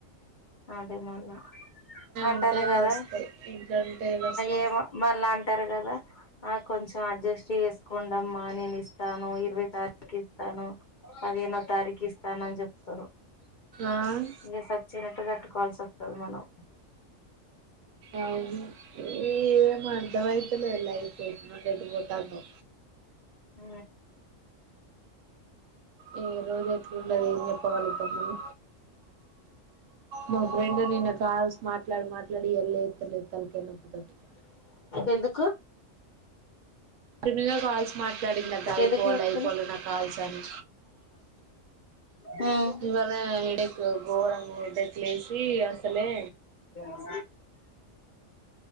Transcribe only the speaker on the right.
ఉంటే
వస్తాయి ఇంట్లో ఉంటే ఏడ వస్తాయి
ఆ
అవును ఏం అర్థమైతలేదు లైఫ్ ఎటు నుండి ఎటు పోతందో
ఏ రోజు అట్లా ఉనదో ఏం చెప్ప కల్గుతం మనం మా ఫ్రెండ్ నిన్న కాల్సి మాట్లాడి మాట్లాడి ఇగ లేతలేదు తలకాయ నొప్పితోటి
త కాల్ <unintelligible> మాట్లాడింది ఆట అయిపోవాలి
అయిపోవాలి ఆ కాల్స అని
ఇవాళ హెడేక్ గోరంగా హెడేక్ లేసి అసలే